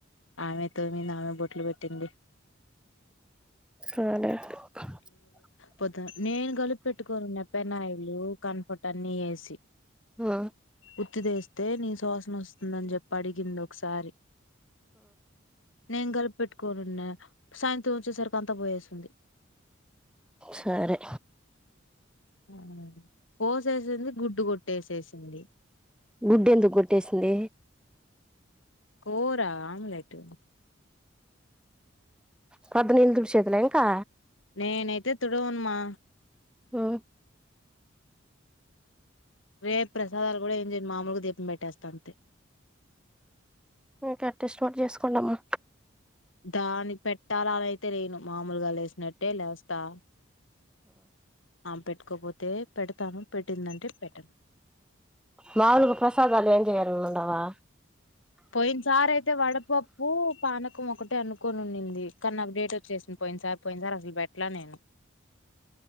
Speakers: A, on the left; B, in the centre.
A: ఆమె తోమింది ఆమె బొట్లు పెట్టింది
B: <inaudible>
A: పొద్ద నేను కలిపి పెట్టుకోని ఉన్న పెనాయిలు కంఫర్ట్ అన్నీ యేసి
B: ఆ
A: పొట్టు తెస్తే నీసు వాసన వస్తుందని చెప్పి అడిగింది ఒ ఒకసారి నేను కలిపెట్టుకోని ఉన్న సాయంత్రం వచ్చేసరికి అంత పొయ్యేసుంది
B: సరే
A: హ్ పోసేసింది. గుడ్డు కొట్టేసేసి ఏమండి
B: గుడ్డు ఎందుకు కొట్టేసింది.
A: కురా ఆమ్లెట్
B: పోద్దునా ఇళ్ళు తుడిచెదిలే ఇంకా
A: నేనయితే తుడవనుమా
B: ఒకే
A: రేపు ప్రసాదాలు కూడా ఏం చేయను మామూలుగా దీపం పెట్టేస్తా అంతే
B: ఒకే అట్లా ఇష్టం ఉంటే చేసుకోండమ్మా
A: దానికి పెట్టాలయ్యితే లేను మామూలుగా లేసినట్టే లేస్తా ఆ పెట్టుకోపోతే అయితే పెడతాను పెట్టిందంటే పెట్టను
B: మాములుగా ప్రసాదాలు ఏం చేయరు అంటావా
A: పోయిన సార్ అయితే వడపప్పు పానకం ఒకటే అను కొని ఉంది. కానీ నాకు డేట్ వోచ్చెసింది. పోయిన సారీ పోయిన సారీ అసలు బెట్ ట్లా నేను